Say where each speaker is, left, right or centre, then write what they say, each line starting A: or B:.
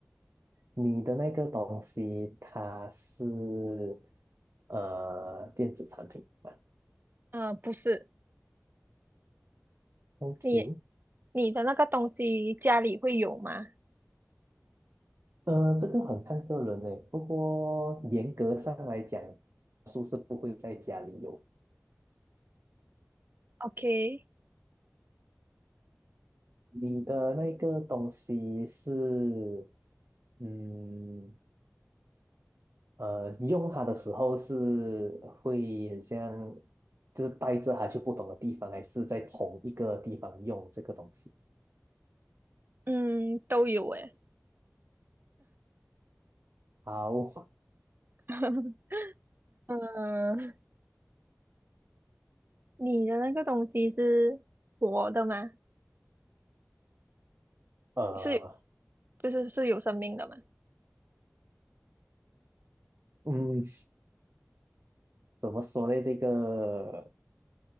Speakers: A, on the right (about 70°); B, on the right (about 45°).
A: 你的那个东西它是呃电子产品吧
B: 呃，不是，
A: ？OK，
B: 你你的那个东西家里会有吗
A: 呃，这个很看个人呢。不过严格上来讲，书是不会在家里有。
B: ？OK，
A: 你的那个东西是嗯。呃，用它的时候是会很像，就是带着它去不同的地方，还是在同一个地方用这个东西？
B: 嗯，都有诶。
A: 好，
B: <laughs> 嗯，你的那个东西是活的吗？
A: 呃，
B: 是，就是是有生命的吗？
A: 嗯，怎么说呢？这个，